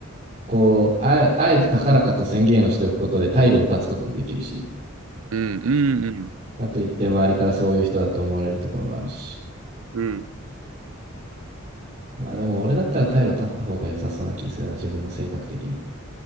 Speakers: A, on the right (about 35°); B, on the right (about 75°).
A: こう、あ、あえて高らかと宣言をしておくことで退路を断つこともできるし、
B: うん、うん、うん、
A: かといって周りからそういう人だと思われるところもあるし。
B: うん。
A: まあでも俺だったら退路立った方が良さそうな気するな、自分の性格的に。